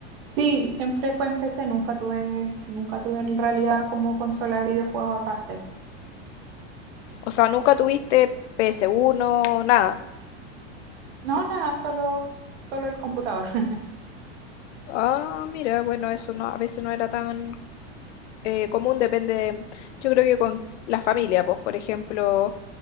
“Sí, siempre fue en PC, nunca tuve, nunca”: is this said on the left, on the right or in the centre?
Right